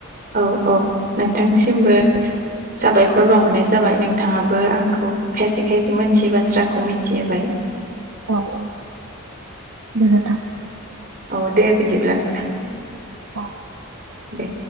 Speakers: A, on the right (about 40°); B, on the right (about 70°).
A: औ औ नोंथांसिमबो। साबायखर बावाहरनाय जाबाय। नोंथाङाबो आंखौ खायसे खायसे मोन्थियै बाथ्राखौ मोनथिहोबाय।
B: औ औ गोजोनथों।
A: औ दे बिदिब्ला नोंथां।
B: औ।
A: दे।